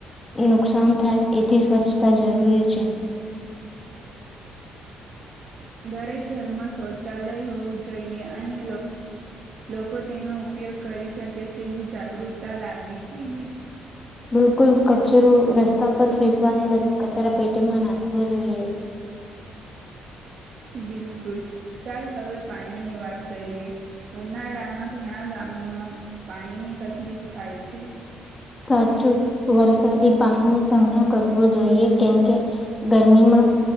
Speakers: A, on the left; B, on the right.
A: નુકસાન થાય એથી સ્વચ્છતા જરૂરી છે
B: દરેક ઘરમાં શૌચાલય હોવું જોઈએ અને લોકો તેનો ઉપયોગ કરી શકે તેવી જાગૃતતા લાવવી જોઈએ
A: બિલકુલ કચરો રસ્તા પર ફેંકવાને બદલે કચરા પેટીમાં નાખવો જોઈએ
B: બિલકુલ ચાલ હવે પાણીની વાત કરીએ ઉનાળામાં ઘણા ગામોમાં પાણીની તકલીફ થાય છે
A: સાચું વરસાદી પાણીનો સંગ્રહ કરવો જોઈએ કેમકે ગરમીમાં